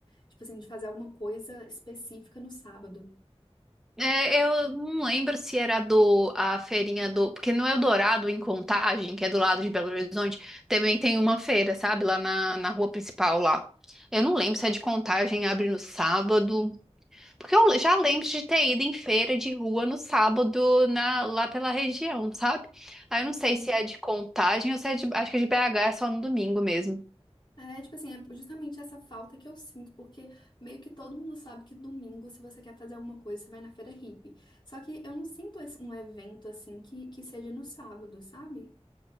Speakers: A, on the left (about 45°); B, in the centre.
A: tipo assim, de fazer alguma coisa específica no sábado.
B: É, eu não lembro se era do a feirinha do, porque no Eldorado em Contagem, que é do lado de Belo Horizonte, também tem uma feira, sabe, lá na, na rua principal lá. Eu não lembro se é de Contagem, abre no sábado, porque eu já lembro de ter ido em feira de rua no sábado na, lá pela região, sabe? Aí eu não
A: Uhum.
B: sei se é de Contagem ou se é de, acho que é de BH, é só no domingo mesmo.
A: É, tipo assim, é justamente essa falta que eu sinto, porque meio que todo mundo sabe que domingo, se você quer fazer alguma coisa, você vai na feira hippie. Só que eu não sinto esse- um evento assim que, que seja no sábado, sabe?